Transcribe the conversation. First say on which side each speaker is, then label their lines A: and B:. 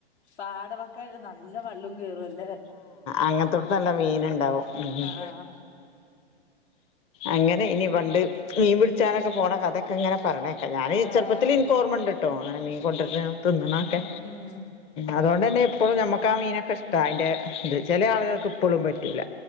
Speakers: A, on the left (about 85°); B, on the left (about 20°).
A: പാടവക്ക ആയ നല്ല വള്ളും കേറു ല്ലേ
B: അങ്ങൻ ത്തേട്ത്ത് നല്ല മീന് ഇണ്ടാവും ഉം ഉം
A: ആഹ്
B: അങ്ങനൈയ്നി പണ്ട് മീ പുട്ച്ചാനൊക്കെ പോണ കഥക്കെങ്ങനെ പറീണേക്ക ഞാന്
A: ആഹ്
B: ചെർപത്തില് ഇൻക്കോർമ്മ ഇണ്ട്ട്ടോ അങ്ങനെ മീ കൊണ്ട് വര്ണെ തിന്ന്ണൊക്കെ
A: ഉം ഉം
B: അതോണ്ടന്നെ ഇപ്പളും ഞമ്മക്കാ മീനൊക്കെ ഇഷ്ടാ അയ്ന്റെ ഇത് ചെല ആളുകള്ക്ക് ഇപ്പളും പറ്റൂല